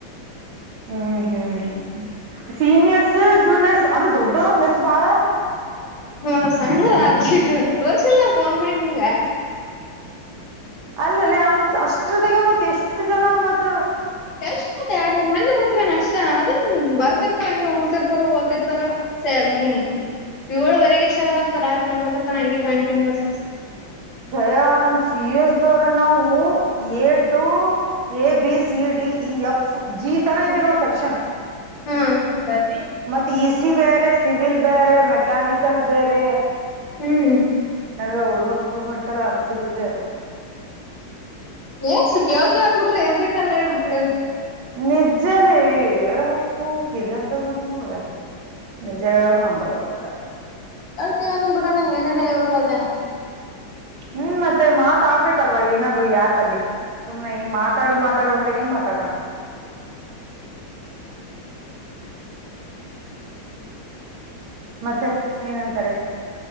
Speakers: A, on the right; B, on the left.
A: ಹ್ಮ್ ಹ್ಮ್ ಸೀನಿಯರ್ಸ್ ಜೂನಿಯರ್ಸ್ ಅಂದ ದೊಡ್ಡ್ ಮೆಸ್ ಬಾಳ.
B: ಹ ಸಣ್ಣದ ಆದ ತೋರಿಸಸಿಲ್ಲ ನಾನ್ ಫೋನ್ ಮಾಡಿ ನಿನ್ಗಾ.
A: ಅಲ್ಲಲ್ಲಿ ಅ ಅಷ್ಟ್ರದಿಗೆ ಮತ್ ಎಷ್ಟು ಜನ ಮತ್ತ.
B: ಕೆಲ್ಸ ಎರಡು ಮೂರು ಮಂದಿ ಬಡ್ತೀವಣ. ಇಷ್ಟ ಅದೇ ಬರ್ತಿರ್ತಾರ ಹಂಗೆ ಓತಿರ್ತಾರ ಓರ್ತಾರ ಸ ಹ್ಮ್ ಏಳುವರೆಗೆ. ಶರ್ಟ್ ಆಗ್ತ ರಾತ್ರಿ ಒಂಬತ್ತರ ನಂಗೆ ಪ್ಯಾಂಟನ್ಯರ್.
A: ಶಯಾ ನಮ ಸಿ ಎಸ್ ದವರ ನಾವು. A to A B C D E F G ತನ ಇದ್ದೆಯ ನೋಡಿ ಸೆಕ್ಷನ್.
B: ಹ್ಮ್
A: ಮತ್ತೆ ಇ ಸಿ ಬೇರೆ ಸಿವಿಲ್ ಬೇರೆ ಮೆಕ್ಯಾನಿಕಲ್ ಬೇರೆ.
B: ಹ್ಮ್
A: ನನ್ಗ ಹುಡ್ಗ ಪ್ರಪೋಸ್ ಮಾಡಿತಲ್ಲಾ ಸಿವಿಲ್ದೆ ಅದ ಹುಡ್ಗ.
B: ಏನ್ ಸಖ್ದೇ ಅನ್ಬಿಟ್ರಿ ಏನ್ ಬೇಕಾದ್ರೆ ಹೇಳ್ಬಿಡ್ ಅಲ್ಲಿ.
A: ನಿಜ್ಜಲ್ಲಿ ಉಪ್ಪು ಕಿದೆ ಅಂತದ ಬಂತ ನೋಡ್ಗ ‌. ನಿಜ ನಂಬಲವತ.
B: ಒಂದ್ ಬಿಡಣ ಏನೇನ ಹೇಳ್ಬ ಬಿಡ ಅದೇನ.
A: ಹ್ಮ್ ಮತ್ತೆ ಮಾತಾಡ್ಬೇಕಲ್ವಾ ಏನಾದ್ರು ಈ ಆಪ್ ಅಲ್ಲಿ. ಸುಮ್ನೆ ಈ ಮಾತಾಡು ಮಾತಾಡು ಅಂದ್ರೆ ಏನ್ ಮಾತಾಡೋಣ. ಮತ್ತೆ ಏನಂತಾರೆ